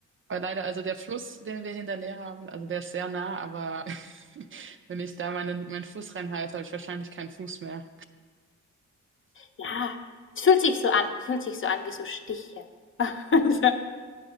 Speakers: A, on the right; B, on the left.
A: Weil leider, also der Fluss, den wir hinter mir haben, also der ist sehr nah, aber <laughs> wenn ich da meinen, meinen Fuß reinhalte, habe ich wahrscheinlich keinen Fuß mehr.
B: Ja, es fühlt sich so an. Es fühlt sich so an wie so Stiche. <laughs> Gut,